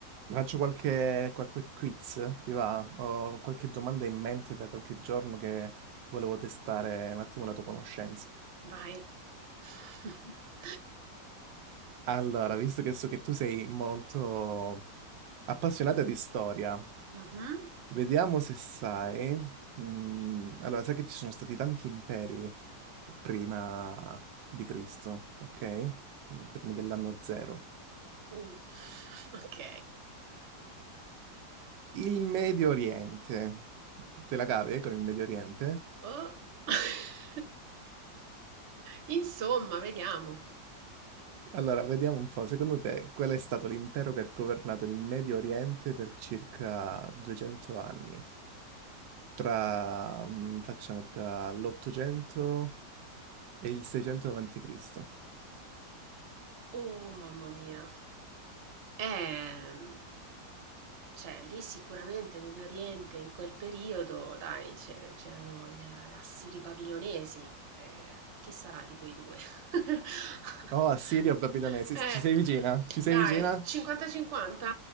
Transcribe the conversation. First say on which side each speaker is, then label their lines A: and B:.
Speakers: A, on the right (about 85°); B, on the right (about 45°).
A: Ti faccio qualche, qualche quiz, ti va? Ho qualche domanda in mente da qualche giorno che volevo testare un attimo la tua conoscenza.
B: Vai. <laughs>
A: Allora, visto che so che tu sei molto appassionata di storia,
B: Mhm.
A: vediamo se sai. mm, allora, sai che ci sono stati tanti imperi prima di Cristo, ok? Prima dell'anno zero.
B: Mm. Ok.
A: Il Medio Oriente. Te la cavi eh, con il Medio Oriente?
B: Oh. <laughs> Insomma, vediamo.
A: Allora, vediamo un po', secondo te qual è stato l'impero che ha governato il Medio Oriente per circa 200 anni? Tra, mm, facciamo, tra l'800 e il 600 avanti Cristo.
B: Oh, mamma mia. Ehm, cioè, lì sicuramente Medio Oriente in quel periodo, dai, c'è- c'erano gli assiri babilonesi. eh, chi sarà di quei due? <laughs>
A: Oh, Assirio Babilonese,
B: Eh,
A: ci sei vicina? Ci sei
B: dai,
A: vicina?
B: 50-50?